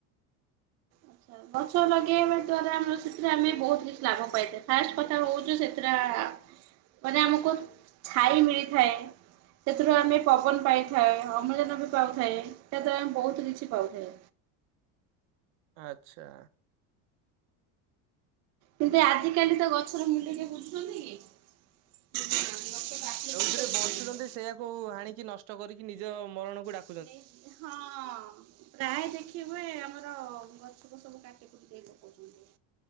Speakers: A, on the right; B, on the right.
A: ଆଚ୍ଛା ଗଛ ଲଗେଇବା ଦ୍ଵାରା ଆମର ସେଥିରେ ଆମେ ବହୁତ କିଛି ଲାଭ ପାଇଥାଉ ଫାଷ୍ଟ କଥା ହଉଚୁ ସେଥିରେ ଆ ପରେ ଆମକୁ ଛାଇ ମିଳିଥାଏ। ସେଥିରୁ ଆମେ ପବନ ପାଇଥାଏଁ ଅମ୍ଳଜାନ ପାଉଥାଏ ସେଥିରେ ଆମେ ବହୁତ କିଛି ପାଉଥାଏ।
B: ଆଚ୍ଛା।
A: କିନ୍ତୁ ଆଜିକାଲି ତ ଗଛର ମୂଲ୍ୟ କେ ବୁଝୁଛନ୍ତି କି? ଗଛ କାଟି
B: ଯଉଁଥିରେ
A: ଦେଇ ଦଉଛନ୍ତି।
B: ବଞ୍ଚୁଛନ୍ତି ସେଇୟାକୁ ହାଣିକି ନଷ୍ଟ କରିକି ନିଜ ମରଣକୁ ଡାକୁ
A: <unintelligible> ହଁ। ପ୍ରାୟ ଦେଖି ହୁଏ ଆମର ଗଛ ଫଛସବୁ କାଟିକୁଟି <unintelligible> ପକଉଛନ୍ତି।